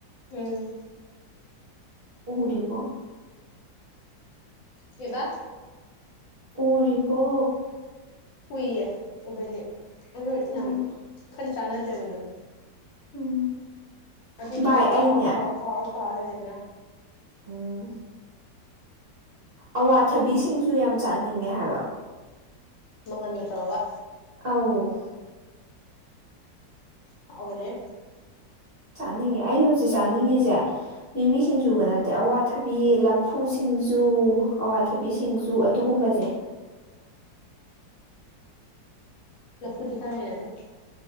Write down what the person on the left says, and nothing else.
ꯎꯝ
ꯀꯩꯕꯥ
ꯀꯨꯏꯌꯦ ꯎꯕꯩꯅꯦ ꯍꯍꯣꯏ
ꯌꯥꯝ ꯈꯗꯤ ꯆꯥꯟꯅꯗ꯭ꯔꯦꯕ ꯑꯗꯨꯝ
ꯑꯗꯨꯗꯤ
ꯑꯗꯨꯝ ꯀꯥꯎꯑꯣꯣ
ꯀꯥꯎꯔꯣ ꯀꯥꯎꯔꯣ ꯀꯥꯎ ꯂꯩꯔꯦꯗꯅ
ꯃꯪꯒꯟꯒ ꯇꯧꯔꯣꯒ
ꯍꯥꯎꯕꯅꯦ
<unintelligible> ꯂꯐꯨꯗꯤ ꯈꯥꯔ ꯍꯥꯏꯅꯥꯗꯦ